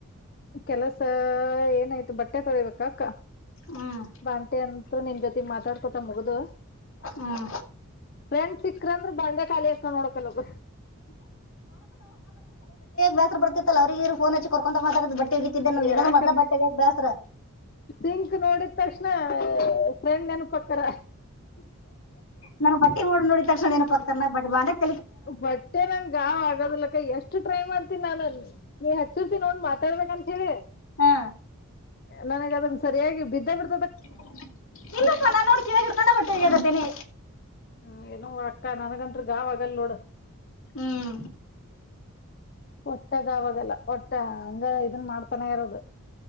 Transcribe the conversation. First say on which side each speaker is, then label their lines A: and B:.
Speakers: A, on the left; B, on the left.
A: ಕೆಲಸ ಏನಾಯ್ತು ಬಟ್ಟೆ ತೊರಿಬೇಕ ಅಕ್ಕ
B: ಹ್ಮ್
A: ಬಂಟೆ ಅಂತರು ನಿಮ ಜೊತೆ ಮಾತಾಡ್ಕೊತ ಮುಗ್ದ.
B: ಹ್ಮ್
A: ಫ್ರೆಂಡ್ ಸಿಕ್ಕ್ರಂದ್ರರು ಬಂಡೆ ಖಾಲಿ ಎಕ ನೋಡಕಲ್ ಒಬ್.
B: ಬತ್ರ ಬರ್ತ್ತಲ್ಲ ಅವ್ರಗ ಫೋನ್ ಹಚ್ಚ ಕೊರ್ಕಂತ ಮಾತಾ ತಿಗಿತಿದ್ದೆ ನನ್ಗೆ
A: ಯಾಕಂದ್ರ
B: ಎಲ್ಲಂದರು ಮದ್ಲ ಬಟ್ಟೆೆಗೆ ಬೇಸರ
A: ಸಿಂಕ್ ನೋಡಿದ ತಕ್ಷಣ ಫ್ರೆಂಡ್ ಏನು ಪಕ್ಕರ
B: ನಾನು ಬಟ್ಟಿ ಓಡ್ ನೋಡಿದ ತಕ್ಷಣ ಏನು ಪಕ್ತರ್ ಬಡ್ ಬಾಂಡಕ್
A: ಬಟ್ಟೆ ನಂಗ ಗಾವ್ ಆಗದಲಕ್ಕ ಎಷ್ಟು ಟ್ರೈ ಮಾಡ್ತನಿ ನಾನ್ ನೀ ಹಚ್ಚಿರ್ತೀನ ನೋ ಮತ್ತ ಬೇಕಂತ ಹೇಳಿ
B: ಹಾ
A: ನನಗ ಅದನ್ ಸರಿಯಾಗಿ ಬಿದ್ದ ಬಿಡ್ <unintelligible>
B: <unintelligible> ನಾನ್ ನೋಡ್ಕಾಗಿರ್ಕೊಂಡು ಬಟ್ಟೆ ಒಗ್ಯಾಕತ್ತೀನಿ
A: ಹ್ಮ್ ಏನೋ ಅಕ್ಕ ನನಗಂತ್ರ ಗಾವ್ಗಲ್ ನೋಡ್
B: ಹ್ಮ್
A: ಹೊಟ್ಟದ ಆಗಲ್ಲ ಹೊಟ್ಟೆ ಹಂಗ ಇದನ್ ಮಾಡ್ತಾನೆ ಇರೋದು.